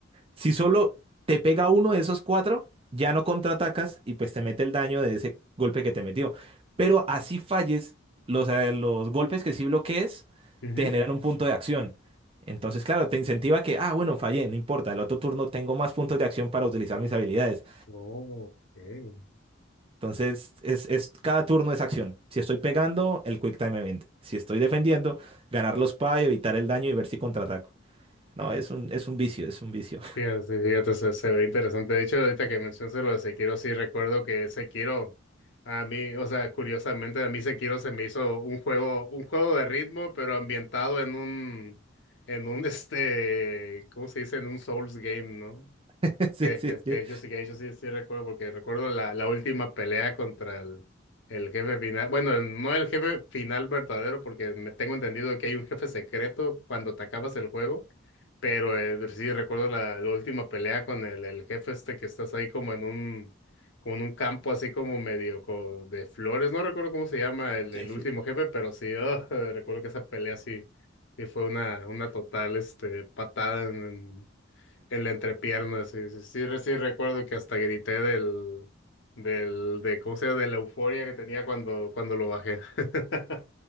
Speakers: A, on the right (about 30°); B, on the left (about 65°).
A: Si solo te pega uno de esos cuatro, ya no contraatacas y pues te mete el daño de ese golpe que te metió. Pero así falles, los, eh, los golpes que sí bloquees
B: ujú.
A: te generan un punto de acción. Entonces, claro, te incentiva que, ah, bueno, fallé, no importa, el otro turno tengo más puntos de acción para utilizar mis habilidades.
B: Oh, ok,
A: Entonces, es, es- cada turno es acción. Si estoy pegando, el Quick Time Event. Si estoy defendiendo, ganar los PA y evitar el daño y ver si contraataco. No, es un, es un vicio, es un vicio.
B: Fíjate, sí, fíjate, se, se ve interesante. De hecho, ahorita que mencionas lo de Sekiro, sí recuerdo que Sekiro, a mí, o sea, curiosamente, a mí Sekiro se me hizo un juego, un juego de ritmo, pero ambientado en un, en un, <laughs> este, ¿cómo se dice? En un Souls game, ¿no?
A: <laughs> Sí,
B: Que,
A: sí,
B: que, que
A: sí.
B: yo sí, que yo sí, sí recuerdo, porque recuerdo la, la última pelea contra el, el jefe final. Bueno, no el jefe final verdadero, porque me tengo entendido que hay un jefe secreto cuando te acabas el juego pero eh, sí recuerdo la, la última pelea con el, el jefe este que estás ahí como en un, como en un campo así como medio co- de flores. No recuerdo cómo se llama el,
A: Sí,
B: el
A: sí.
B: último jefe, pero sí, ah, <laughs> recuerdo que esa pelea sí, sí fue una, una total este, patada en, en, en la entrepierna. Sí, sí, sí, re- sí recuerdo que hasta grité del, del, de, ¿cómo se llama? De la euforia que tenía cuando, cuando lo bajé. <laughs>